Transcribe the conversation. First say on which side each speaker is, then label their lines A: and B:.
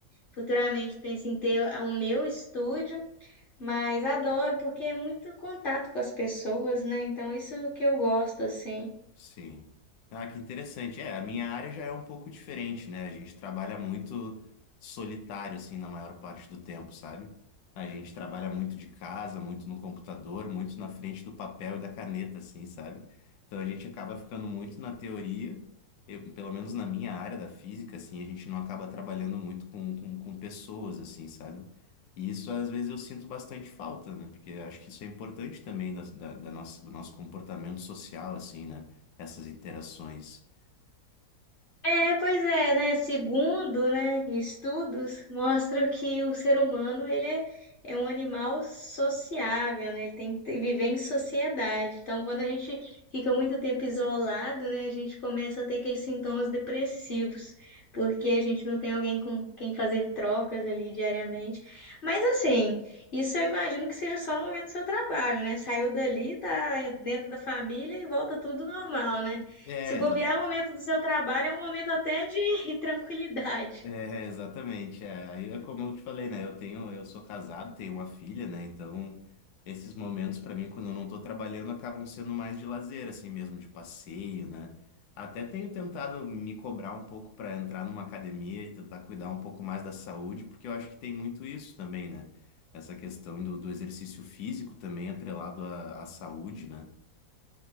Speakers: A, on the left; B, on the left.
A: Futuramente penso em ter o meu estúdio, mas adoro porque é muito contato com as pessoas, né? Então, isso que eu gosto, assim.
B: Sim. Ah, que interessante. É, a minha área já é um pouco diferente, né? A gente trabalha muito solitário, assim, na maior parte do tempo, sabe? A gente trabalha muito de casa, muito no computador, muito na frente do papel e da caneta, assim, sabe? Então a gente acaba ficando muito na teoria, eu, pelo menos na minha área da física, assim, a gente não acaba trabalhando muito com, com, com pessoas, assim, sabe? E isso às vezes eu sinto bastante falta, né? Porque eu acho que isso é importante também da, da, da nossa, do nosso comportamento social, assim, né? essas interações.
A: É, pois é, né? Segundo, né, estudos mostram que o ser humano ele é, é um animal sociável, né? Ele tem que te- viver em sociedade. Então, quando a gente fica muito tempo isolado, né, a gente começa a ter aqueles sintomas depressivos, porque a gente não tem alguém com quem fazer trocas ali diariamente. Mas assim, isso eu imagino que seja só no momento do seu trabalho, né? Saiu dali, tá dentro da família e volta tudo normal, né?
B: É,
A: Se
B: exa-
A: bobear é o momento do seu trabalho, é um momento até de <laughs> tranquilidade.
B: é, exatamente. É. Aí é como eu te falei, né? Eu tenho, eu sou casado, tenho uma filha, né? Então, esses momentos pra mim, quando eu não tô trabalhando, acabam sendo mais de lazer, assim mesmo, de passeio, né? Até tenho tentado me cobrar um pouco pra entrar numa academia e tentar cuidar um pouco mais da saúde, porque eu acho que tem muito isso também, né? Essa questão do, do exercício físico também atrelado à, à saúde, né?